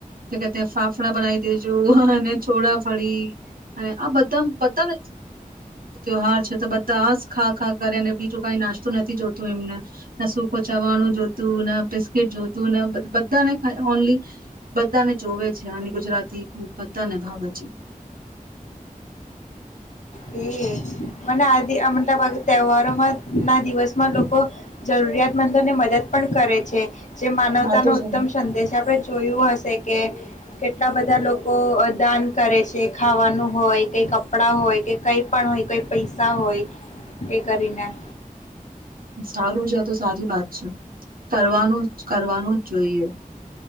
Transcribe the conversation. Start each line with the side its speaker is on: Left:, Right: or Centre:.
Right: કે કે તે ફાફડા બનાઈ દેજો, અને ચોડાફળી અને આ બધા બધાને જો તહાર છે. તો બધા આ જ ખા ખા કરે અને બીજું કઈ નાસ્તું નથી જોતું એમને. ના સૂખું ચવાણું જોતું, ના બિસ્કીિટ જોતું, બધાને ઓનલી બધાને જોવે છે આની ગુજરાતી ફૂડ બધ્ધાને ભાવે છે.
Left: કે મને આ મતલબ આ તહેવારોમાં ના દિવસમાં લોકો જરૂરિયાતમંદો ને મદદ પણ કરે છે. જે માનવતાનો
Right: આ તો સ
Left: ઉત્તમ સંદેશ છે. આપણે જોયું હશે કે કેટલા બધા લોકો અ દાન કરે છે, ખાવાનું હોય કે કપડા હોય કે કંઈ પણ હોય, કંઈ પૈસા હોય, એ કરીને.
Right: સારું છે. આ તો સારી વાત છે. કરવાનું જ કરવાનું જ જોઈએ.